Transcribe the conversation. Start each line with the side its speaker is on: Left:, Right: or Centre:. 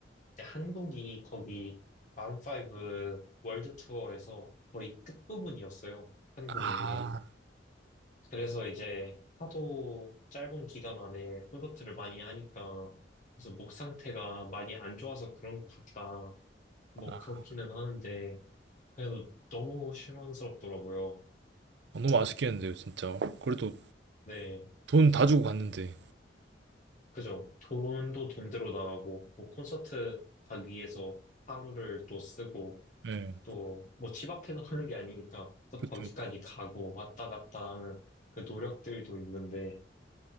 Left: 이제 한국이 거기 마룬5 월드 투어에서 거의 끝부분이었어요. 한국
Right: 아,
Left: 온 게. 그래서 이제 하도 짧은 기간 안에 콘서트를 많이 하니까 그래서 목 상태가 많이 안 좋아서 그런 것 같다. 뭐
Right: 아,
Left: 그렇기는 하는데 그래도 너무 실망스럽더라고요.
Right: 너무 아쉽겠는데요 진짜 그래도
Left: 네,
Right: 돈 다 주고 갔는데
Left: 그죠. 돈도 돈대로 나가고 뭐 콘서트 가기 위해서 하루를 또 쓰고
Right: 예
Left: 또 뭐 집 앞에서 하는 게 아니니까 또 거기까지
Right: 그쵸.
Left: 가고 왔다 갔다 하는 그 노력들도 있는데